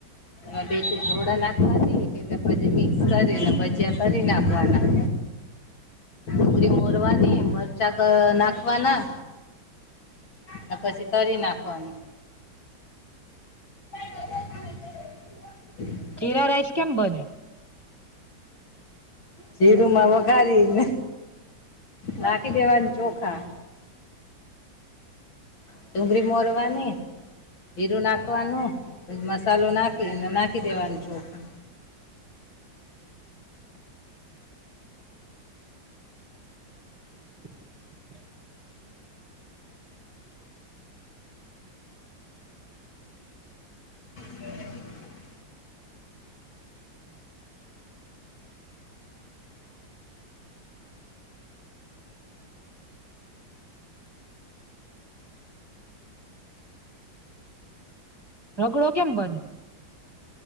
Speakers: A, on the left; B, on the right.
A: એમાં બેસી સોડા નાખવાની, ને પછી મિક્સ કરીને ભજીયા તરી નાખવાના. ડુંગરી મોરવાની, મરચાં ક નાખવાના. ને પછી તરી નાખવાનું. <inaudible>
B: જીરા રાઈસ કેમ બને?
A: જીરુમાં વઘારીને, રાખી દેવાન ચોખા. ડુંગરી મોરવાની. જીરું નાખવાનું, પછી મસાલો નાખીને નાખી દેવાનું ચોખા.
B: <inaudible>
A: <unintelligible>
B: રગડો કેમ બને હવે?